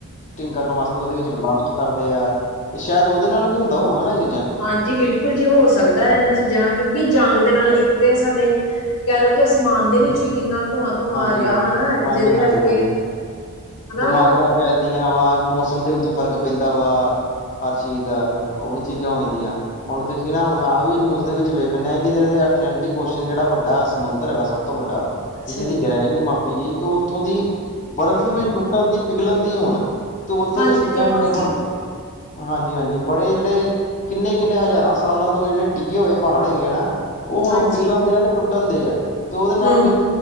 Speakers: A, on the left; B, on the left.
A: ਕਰਨ ਵਾਸਤੇ, ਉਹਦੇ ਵਿੱਚ ਬਲਾਸਟ ਕਰਦੇ ਆ ਤੇ ਸ਼ਾਇਦ ਉਹਦੇ ਨਾਲ ਵੀ ਹੁੰਦਾ ਹੋਊਗਾ ਨਾ ਇਹ ਚੀਜ਼ਾਂ।
B: ਹਾਂਜੀ ਬਿਲਕੁਲ। ਬਿਲਕੁਲ ਜੀ ਹੋ ਸਕਦਾ ਇਹਨਾਂ ਚੀਜ਼ਾਂ ਨਾਲ ਕਿਉਂਕਿ ਜੰਗ ਦੇ ਨਾਲ ਇੱਕ ਤੇ ਸਾਡੇ ਕਹਿ ਲੋੋ ਕਿ ਅਸਮਾਨ ਦੇ ਵਿੱਚ ਵੀ ਕਿੰਨਾ ਧੂੰਆਂ- ਧੂੰਆਂ
A: ਹਾਂਜੀ
B: ਆ ਰਿਹਾ ਹਨਾ ਜਿਹਦੇ
A: ਹਾਂਜੀ ਹਾਂਜੀ
B: ਕਰਕੇ।
A: ਹਾਂਜੀ
B: ਹਨਾ
A: ਬਿਮਾਰੀਆਂ। ਫੈਲਦੀਆਂ ਵਾ ਮੌਸਮ ਦੇ ਵਿੱਚ ਫ਼ਰਕ ਪੈਂਦਾ ਵਾ ਹਰ ਚੀਜ਼ ਦਾ ਉਹ ਵੀ ਚੀਜ਼ਾਂ ਹੋਦੀਆਂ। ਹੁਣ। ਅਸੀਂ ਨਾ ਹੁਣ ਮੈਂ ਵੀ ਨਿਊਜ਼ ਦੇ ਵਿੱਚ ਵੇਖਣ ਡਿਹਾ ਕਿ ਜੋ ਅਟਲਾਂਟਿਕ ਓਸ਼ਨ ਜਿਹੜਾ ਵੱਡਾ ਸਮੁੰਦਰ ਹੈਗਾ ਸਭ ਤੋਂ ਵੱਡਾ।
B: ਅੱਛਾ
A: ਕਿ ਜਿਹਦੀ
B: ਜੀ
A: ਗਹਿਰਾਈ ਨਹੀਂ ਮਾਪੀ ਗਈ ਕਿ ਉਹ ਉੱਥੋਂ ਦੀ। ਬਰਫ਼
B: ਹਾਂਜੀ
A: ਵੀ ਟੁੱਟਣ ਦੀ ਪਿਘਲਣ ਦੀ ਹੋਣ ਤੇ ਉੱਥੇ
B: ਹਾਂਜੀ
A: ਵੀ ਚੀਜ਼ਾਂ
B: ਹਾਂਜੀ
A: ਨ ਹਦੀ। ਹਾਂਜੀ - ਹਾਂਜੀ ਬੜੇ ਜਿਹੜੇ। ਕਿੰਨੇ- ਕਿੰਨੇ ਹਜ਼ਾਰਾਂ ਸਾਲਾਂ ਤੋਂ ਜਿਹੜੇ ਟਿੱਗੇਕੇ ਹੋਏ ਪਹਾੜ ਹੈਗੇ ਨਾ। ਉਹ ਹੁਣ
B: ਹਾਂਜੀ
A: ਉਹ ਪਿਘਲਣ ਦਿਆ ਤੇ ਟੁੱਟਣ ਦਿਆ ਤੇ ਉਹਦੇ ਨਾਲ
B: ਹੂੰ
A: ਵੀ।
B: ਹੂੰ